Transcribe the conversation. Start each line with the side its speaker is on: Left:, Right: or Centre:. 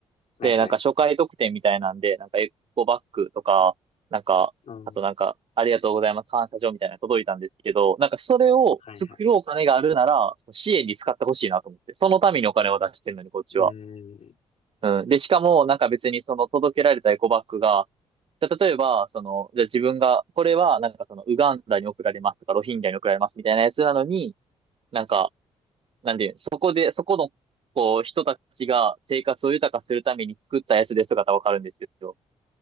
Left: はいはい。
Right: で、なんか初回特典みたいなんで、なんかエコバッグとか、なんか、
Left: うん。
Right: あとなんか、ありがとうございます、感謝状みたいなの届いたんですけど、なんかそれを作ろうお金があるなら、
Left: はいはい。
Right: その支援に使ってほしいなと思って、そのためにお金を出してるのに、こっちは。
Left: うん。
Right: うん。で、しかも、なんか別にその届けられたエコバッグが、じゃあ例えば、その、じゃあ自分が、これは、なんかその、ウガンダに送られますとか、ロヒンギャに送られますみたいなやつなのに、なんか、なんで、そこで、そこの、こう、人たちが生活を豊かするために作ったやつですとかだったらわかるんですよ。